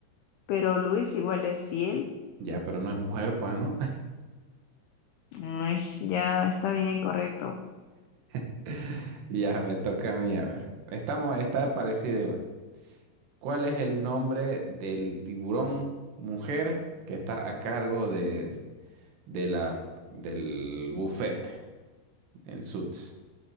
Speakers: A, on the left (about 85°); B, on the right (about 70°).
A: pero Luis igual es fiel.
B: ya, pero no es mujer, pues, ¿no?
A: Ush, ya está bien correcto.
B: <laughs> Ya, me toca a mí, a ver. Estamos, está parecida igual. ¿Cuál es el nombre del tiburón mujer que está a cargo de, de la, del buffet en Suits?